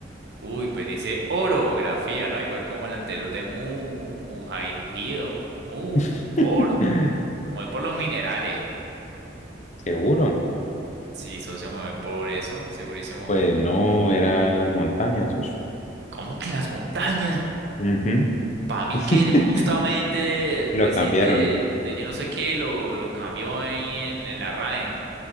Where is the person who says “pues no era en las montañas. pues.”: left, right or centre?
Left